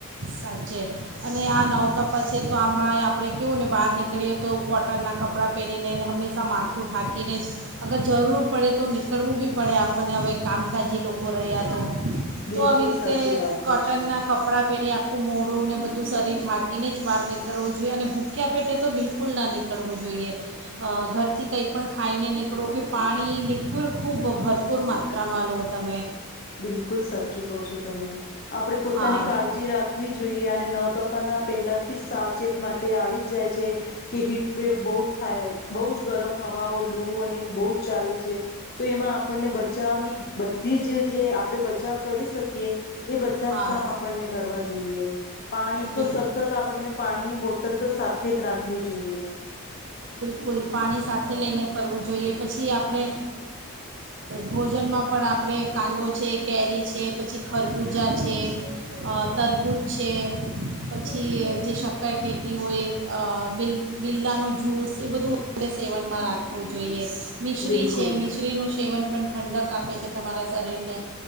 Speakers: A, on the right; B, on the left.
A: સાંજે અને આ નવ ત પછી તો આમાં આપણે કહવું ને બહાર નીકળીએ તો, કોટનનાં કપડાં પહેરીનેને હંમેશા માથું ઢાંકીને જ અગર જરૂર પડે તો નીકળવું બી પડે આપણને હવે કામકાજી લોકો રહ્યા તો. તો
B: બિલકુલ
A: આવી રીતે
B: સાચી વાત
A: કોટનના
B: કહો છો
A: કપડા પેરી આખું મોડું ને બધું શરીર ઢાંકીને જ બહાર નીકળવું જોઈએ અને ભૂખ્યા પેટે તો બિલકુલ ના નીકળવું જોઈએ. ઘરથી કંઈ પણ ખાઈને નીકળો કે પાણી લિક્વિડ ખૂબ ભરપૂર માત્રામાં લો, તમે.
B: બિલકુલ સાચું કહો છો તમે. આપડે પોતાની
A: હા
B: કાળજી રાખ ખવી જોઈએ અને નવ તોફાના પહેલાથી જ સાવ ચેત માટે આવી જાય છે. કે હીટવેવ બોજ થા બોજ ગરમ હવાઓ, લુ અને બોજ ચાલે છે, તો એમાં આપણને બચાવની બધીજ. જે આપડે બચાવ કરી શકીએ એ બધાજ
A: હા
B: કામ આપણને કરવા જોઈએ. પાણી તો
A: બિલકુલ
B: સતત આપણને પાણીની બોટલ તો સાથેજ રાખ વી જોઈએ.
A: બિલકુલ, પાણી સાથે લઈને ફરવું જોઈએ, પછી આપણે ભોજનમાં પણ આપણે કાંદો છે, કેરી છે, પછી ખરબૂજા છે, તરબૂજ છે, પછી જે શક્કર કહેતી હોય, બ બિરલાનું જ્યૂસ એ બધું આપણે સેવનમાં રાખવું જોઈએ મિશ્રી
B: બિલકુલ
A: છે, મિશ્રીનું સેવન પણ ઠંડક આપે છે, તમારા શરીરને